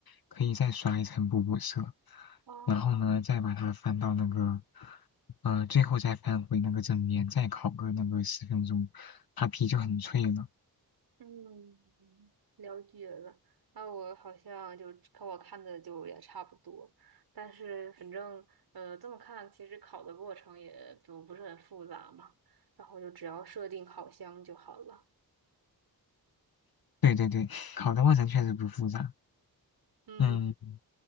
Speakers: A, on the left; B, on the right.
A: 可以再刷一层补补色。
B: 哦，
A: 然后呢，再把它翻到那个，呃，最后再翻回那个正面，再烤个那个十分钟，它皮就很脆了。
B: 嗯，了解了。那我好像就跟我看的就也差不多，但是反正呃这么看，其实烤的过程也就不是很复杂嘛，然后就只要设定烤箱就好了。
A: 对对对，<laughs> 烤的过程确实不复杂。
B: 嗯，
A: 嗯。